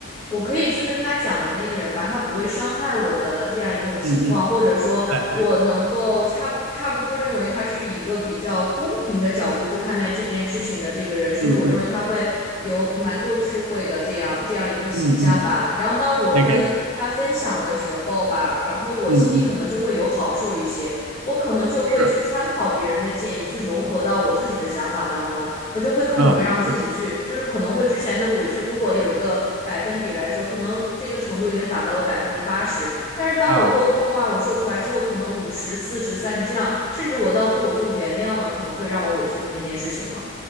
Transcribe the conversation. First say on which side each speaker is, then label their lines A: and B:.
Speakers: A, on the left; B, on the right.
A: 我可以去跟他讲的那个人吧，他不会伤害我的这样一种情况，
B: 嗯嗯，
A: 或者说，
B: 哎
A: 我能够差差不多认为他是一个比较公平的角度去看待这件事情的这个人，甚至我认为他会有蛮多智慧的这样这样一个形象吧。
B: 嗯嗯嗯嗯
A: 然后当我跟他分享的时候吧，
B: 嗯，OK。
A: 然后我心里可能就会有好受一些，
B: 嗯嗯，
A: 我可能就会去参考别人的建议，
B: 是，
A: 去融合到我自己的想法当中。我就会更容易让自己去，
B: 嗯是
A: 就是可能会之前的委屈，如果有一个百分比来说，可能这个程度已经达到了百分之八十，但是当我沟通啊，
B: 啊，
A: 我说出来之后，可能五十、四十、三十这样，甚至我到最后我就原谅了，可能会让我委屈的那件事情了。